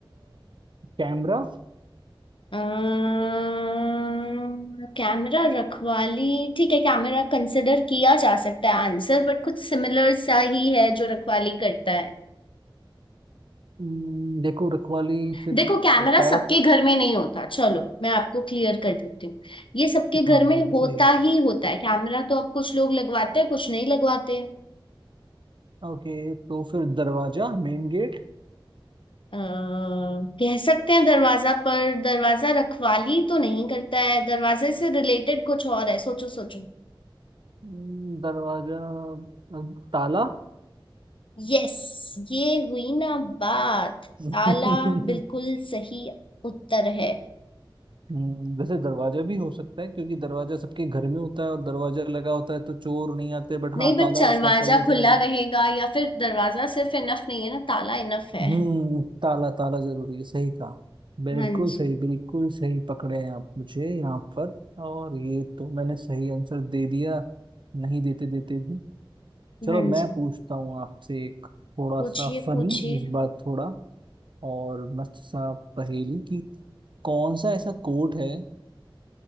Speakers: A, on the right; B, on the left.
A: कैमरा
B: अम्म, कैमरा रखवाली ठीक है कैमरा कंसिडर किया जा सकता है आंसर बट कुछ सिमिलर सा ही है जो रखवाली करता है
A: हम्म, देखो रखवाली फिर
B: देखो कैमरा
A: पैट
B: सबके घर में नहीं होता चलो मैं आपको क्लियर कर देती हूँ ये सबके घर
A: हाँ
B: में
A: ये भी
B: होता
A: सही है
B: ही होता है कैमरा तो अब कुछ लोग लगवाते हैं कुछ नहीं लगवाते
A: ओके तो फिर दरवाजा मेन गेट
B: अ, कह सकते हैं दरवाजा पर दरवाजा रखवाली तो नहीं करता है दरवाजे से रिलेटेड कुछ और है सोचो सोचो
A: हम्म, दरवाजा अ, ताला
B: यस ये हुई ना बात
A: <laughs>
B: ताला बिल्कुल सही उत्तर है
A: हम्म, वैसे दरवाजा भी हो सकता है क्योंकि दरवाजा सबके घर में होता है और दरवाजा लगा होता है तो चोर नहीं आते बट हाँ
B: नहीं बट
A: ताला
B: दरवाजा
A: उसका सही आंसर
B: खुला
A: होगा
B: रहेगा या फिर दरवाजा सिर्फ इनफ नहीं है ना ताला इनफ है
A: हम्म ताला ताला जरूरी है सही कहा बिल्कुल
B: हाँ
A: सही
B: जी
A: बिल्कुल सही पकड़े हैं आप मुझे यहाँ पर और ये तो मैंने सही आंसर दे दिया नहीं देते देते भी चलो
B: हाँ
A: मैं
B: जी
A: पूछता हूँ आपसे एक थोड़ा
B: पूछिए
A: सा फनी
B: पूछिए
A: इस बार थोड़ा और मस्त सा पहेली कि कौन सा ऐसा कोट है